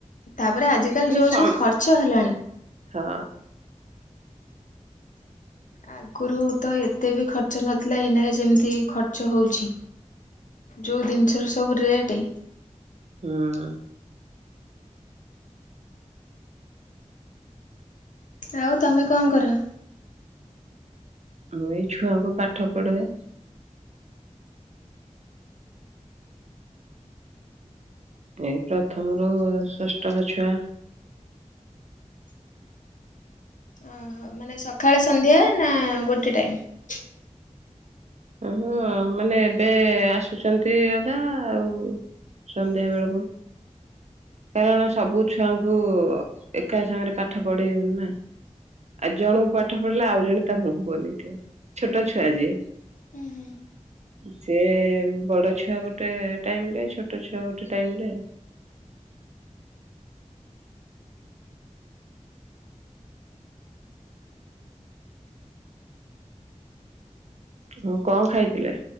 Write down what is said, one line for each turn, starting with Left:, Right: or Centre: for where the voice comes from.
Left: ତାପରେ ଆଜିିକାଲି
Right: ମାନେ
Left: ଯୋଉ
Right: ସମ୍
Left: ସବୁ ଖର୍ଚ୍ଚ ହେଲାଣି?
Right: ହଁ
Left: ଆଗରୁ ତ ଏତେ ବି ଖର୍ଚ୍ଚ ନଥିଲା, ଏଇନା ଯେମିତି ଖର୍ଚ୍ଚ ହଉଛି। ଯୋଉ ଜିନିଷ ର ସବୁ ରେଟ
Right: ହଁ
Left: ଆଉ ତମେ କଣ କର?
Right: ମୁଁ ଏଇ ଛୁଆଙ୍କୁ ପାଠ ପଢାଏ ଏଇ ପ୍ରଥମରୁ ଷଷ୍ଠ ଛୁଆ
Left: ଓହୋ ମାନେ ସକାଳେ ସନ୍ଧ୍ୟା ନା ଗୋଟେ ଟାଇମ?
Right: ଆ ହଁ ମାନେ ଏବେ ଆସୁଛନ୍ତି ଅଧା, ଆଉ ସନ୍ଧ୍ୟା ବେଳକୁ। କାରଣ ସବୁ ଛୁଆଙ୍କୁ ଏକା ସାଙ୍ଗରେ ପାଠ ପଢେଇ ହଉନି ନା ଆଉ। ଜଣଙ୍କୁ ପାଠ ପଢିଲେ ଆଉ ଜଣେ ତା ମୁହଁ ବନେଇଥିବ, ଛୋଟ ଛୁଆ ଯିଏ।
Left: ହୁଁ ହୁଁ।
Right: ସେ ବଡ ଛୁଆ ଗୋଟେ ଟାଇମ ରେ, ଛୋଟ ଛୁଆ ଗୋଟେ ଟାଇମ ରେ ହ କଣ ଖାଇଥିଲେ?